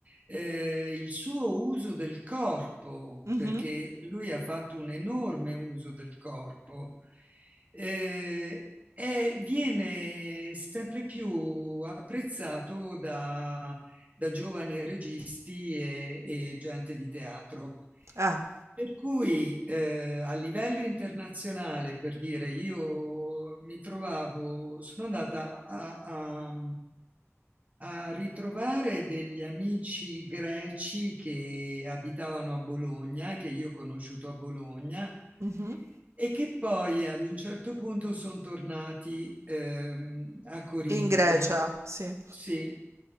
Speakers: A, on the right; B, on the right.
A: eh, il suo uso del corpo,
B: Mhm.
A: perché lui ha fatto un enorme uso del corpo, eh, è- viene sempre più apprezzato da da giovani registi e, e gente di teatro.
B: Ah,
A: Per cui eh, a livello internazionale, per dire, io mi trovavo, sono andata a, a- a ritrovare degli amici greci che abitavano a Bologna, che io ho conosciuto a Bologna,
B: mhm.
A: e che poi ad un certo punto sono tornati ehm, a Corinto.
B: In Grecia, sì,
A: Sì,